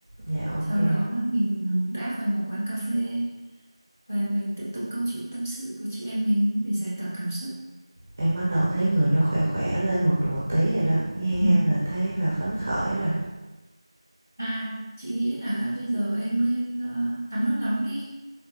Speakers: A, on the right; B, on the left.
A: Dạ ok.
B: Sau đó mình đáp vào một quán cà phê và mình tiếp tục câu chuyện tâm sự của chị em mình để giải tỏa cảm xúc.
A: Em bắt đầu thấy người nó khỏe khỏe lên một một tí rồi đó. Nghe
B: Ừ.
A: là thấy là phấn khởi rồi.
B: À, chị nghĩ là bây giờ em nên ờ, tắm nước nóng đi.